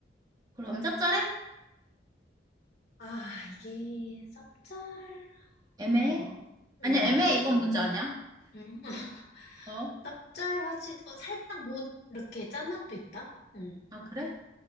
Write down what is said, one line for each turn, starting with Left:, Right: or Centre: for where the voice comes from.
Right: 그럼 짭짤해?
Left: 아, 이게 쌉짤
Right: 애매해?
Left: 한 거 음,
Right: 아니야, 애매해. 이건 문제 아니야.
Left: 응? <laughs>
Right: 어?
Left: 쌉짤하지, 어, 살짝 뭐, 이렇게 짠맛도 있다? 음,
Right: 아, 그래?